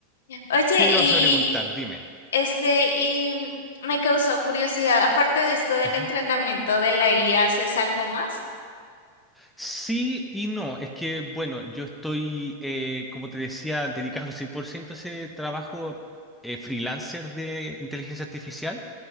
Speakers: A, on the left; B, in the centre.
A: Oye,
B: ¿Qué me
A: y
B: ibas a preguntar? Dime.
A: este, y mm, me causó curiosidad, aparte de esto del
B: Ajá.
A: entrenamiento de la IA, ¿haces algo más?
B: Sí y no, es que bueno, yo estoy, eh, como te decía, dedicado 100% a ese trabajo eh, freelancer de inteligencia artificial.